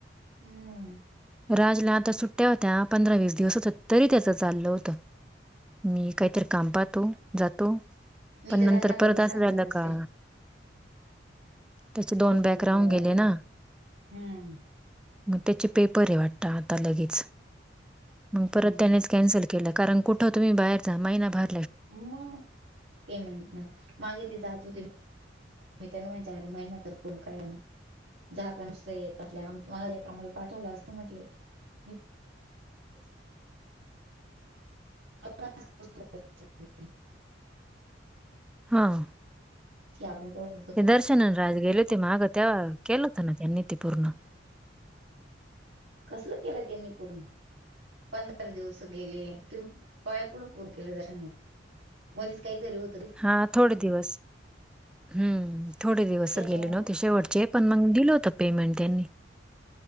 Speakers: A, on the right (about 70°); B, in the centre.
A: म
B: राजला आता सुट्ट्या होत्या पंधरा वीस दिवस होत तरी त्याचं चाललं होतं. मी काहीतरी काम पाहतो जातो.
A: मी
B: पण
A: तर त्यांना
B: नंतर
A: कधी
B: परत आसं
A: सांगत
B: झालं
A: असते
B: का? त्याचे दोन
A: काहीतरी
B: बॅक राहून
A: करा
B: गेले
A: करा.
B: ना.
A: हम्म
B: म त्याचे पेपर आहे वाटत आता लगेच मग
A: हम्म
B: परत त्यानेच कॅन्सल केलं. कारण कुठं तुम्ही बाहेर जा महिना भर
A: म पेमेंट नाई मागे ते जात होते. <unintelligible> मी त्यांना मा अारी महिन्या तर पुूर्ण कळणार जात नुस येत आप आला आम्हाला पाठवलं असं म्हटले मी
B: <inaudible>
A: <unintelligible>
B: हां.
A: ती आपण बरोबर.
B: ते दर्शना न राज गेले हो ते मागं तेव्हा केलं होत ना त्यांनी ते पूर्ण.
A: कसलं केलं त्यांनी पूर्ण? पंधरा दिवस गेले तुम्ही पाया कुडं पूर केल का त्यानी. मध्येच काहीतरी होत.
B: हा थोडे दिवस हम्म थोडे दिवस
A: त्याच्यामुळ
B: गेले ना ते शेवटचे. पण मंग दिल होत पेमेंट त्यांनी.